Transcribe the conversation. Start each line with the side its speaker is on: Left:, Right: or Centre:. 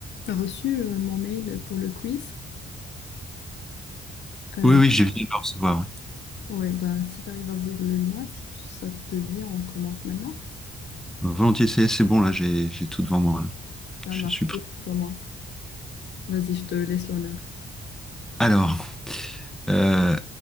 Left: T'as reçu euh, mon mail pour le quiz? Euh,
Centre: Oui, oui, j'ai viens de le recevoir. oui.
Left: ouais, bah si t'arrives à ouvrir le lien, si tu- ça te dit, on commence maintenant.
Centre: Volontiers, c'est c'est bon, là, j'ai j'ai tout devant moi. là.
Left: Ça
Centre: Je
Left: marche,
Centre: suis prêt.
Left: on commence. Vas-y, je te laisse l'honneur.
Centre: Alors, euh,